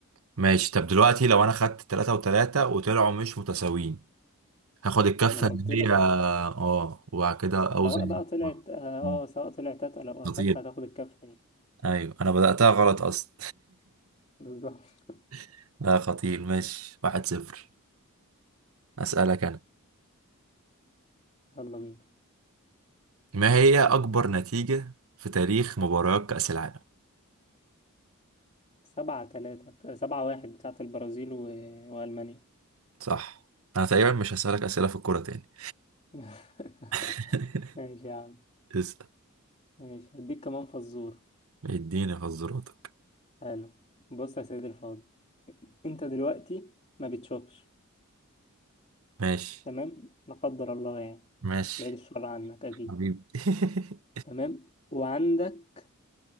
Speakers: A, on the right (about 75°); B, on the left (about 30°).
A: ماشي طب دلوقتي لو انا خدت تلاتة وتلاتة وطلعوا مش متساويين هاخد الكفة
B: ما أنا
A: اللي
B: قلت لك
A: هي
B: أهو.
A: اه وبعد كده اوزن
B: سواء بقى طلعت آه آه،
A: مم.
B: سواء طلعت أتقل أو
A: خطير
B: أخف هتاخد الكف يعني
A: ايوه انا بدأتها غلط اصلا
B: بالظبط
A: <laughs> لا خطير ماشي واحد صفر اسألك انا
B: <laughs> يلا بينا
A: ما هي اكبر نتيجة في تاريخ مباريات كأس العالم
B: سبعة تلاتة سبعة واحد بتاعة البرازيل و... وألمانيا
A: صح انا تقريبا مش هسألك اسئلة في الكورة تاني
B: <laughs>
A: <laughs>
B: ماشي يا عم
A: اسأل
B: ماشي هديك كمان فزورة
A: اديني حظراتك
B: حلو بص يا سيدي الفاضل أنت دلوقتي ما بتشوفش
A: ماشي
B: تمام لا قدر الله يعني
A: ماشي
B: بعيد الشر عنك أكيد
A: حبيبي <laughs>
B: تمام وعندك